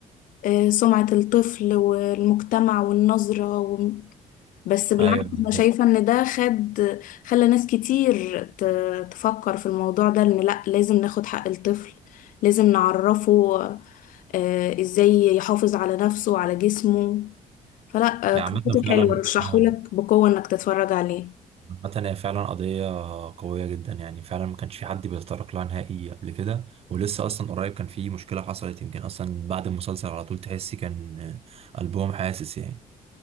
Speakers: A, on the left; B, on the right.
A: آه، سمعة الطفل والمجتمع والنظرة بس بالعكس
B: ايوه بالظبط
A: انا شايفة ان ده خد خلى ناس كتير ت- تفكر في الموضوع ده ان لا لازم ناخد حق الطفل لازم نعرفه آه، ازاي يحافظ على نفسه وعلى جسمه فلا
B: يعني
A: آه، قصته
B: مثلا فعلا
A: حلوة رشحهولك
B: فعلا
A: بقوة انك تتفرج عليه
B: عامة هي فعلا قضية قوية جدا يعني فعلا ما كانش في حد بيتطرق لها نهائي قبل كده ولسه أصلا قريب كان في مشكلة حصلت يمكن أصلا بعد المسلسل على طول تحسي كان آه، قلبهم حاسس يعني